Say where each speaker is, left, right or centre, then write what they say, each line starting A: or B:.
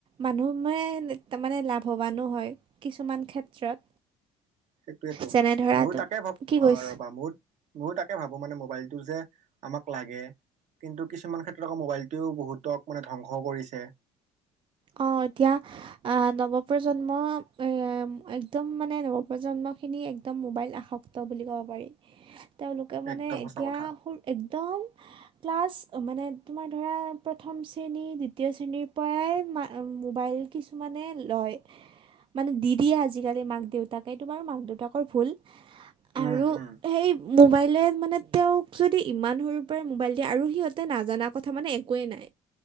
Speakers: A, on the right; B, on the right.
A: মানুহ মানে তাৰ মানে লাভৱানো হয় কিছুমান ক্ষেত্ৰত
B: সেইটয়েতো
A: যেনে ধৰা
B: ময়ো
A: তুম
B: তাকে ভাব
A: কি
B: অ
A: কৈছ
B: ৰবা মই ময়ো তাকে ভাবো মানে মোবাইলটো যে আমাক লাগে। কিন্তু কিছুমান ক্ষেত্ৰত আকৌ মোবাইলটোৱেও বহুতক মানে ধ্বংসও কৰিছে
A: অ', এতিয়া আ নৱপ্ৰজন্ম এ এম একদম মানে নৱপ্ৰজন্মখিনি একদম মোবাইল আসক্ত বুলি ক'ব পাৰি তেওঁলোকে মানে
B: একদম সঁচা
A: এতিয়া
B: কথা
A: হোৰ একদম ক্লাছ মানে তোমাৰ ধৰা প্ৰথম শ্ৰেণী দ্বিতীয় শ্ৰেণীৰ পৰাই মা মোবাইল কিছুমানে লয় মানে দি দিয়ে আজিকালি মাক দেউতাকে তোমাৰ মাক দেউতাকৰ ভুল
B: উম
A: আৰু
B: উম
A: সেই মোবাইলে মানে তেওঁক যদি ইমান সৰুৰ পৰাই মোবাইল দিয়ে আৰু সিহঁতে নাজানা কথা মানে একোৱেই নাই